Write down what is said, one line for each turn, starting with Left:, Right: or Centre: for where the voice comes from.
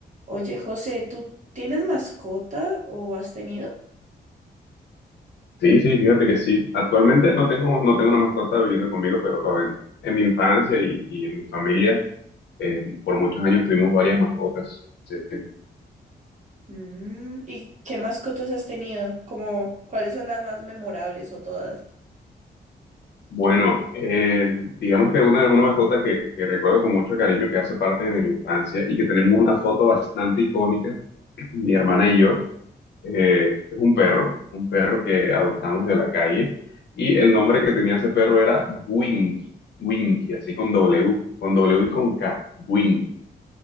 Right: Oye, José, ¿tú tienes mascota o has tenido?
Left: Sí, sí, fíjate que sí. Actualmente no tengo, no tengo una mascota viviendo conmigo, pero en, en mi infancia y, y en mi familia, eh, por muchos años tuvimos varias mascotas. Sí. sí.
Right: Mm, ¿y qué mascotas has tenido? Como, ¿cuáles son las más memorables o todas?
Left: Bueno, eh, digamos que una, una mascota que, que recuerdo con mucho cariño, que hace parte de mi infancia y que tenemos una foto bastante icónica, <clears throat> mi hermana y yo, eh, es un perro, un perro que adoptamos de la calle y el nombre que tenía ese perro era Winky, Winky, así con W, con W y con K, Winky.